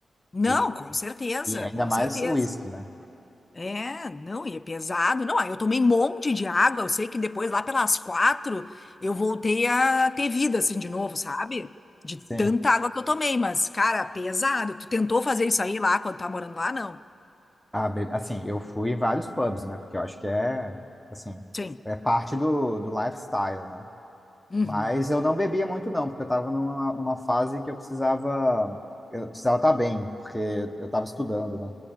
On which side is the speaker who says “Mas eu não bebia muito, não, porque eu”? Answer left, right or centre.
Centre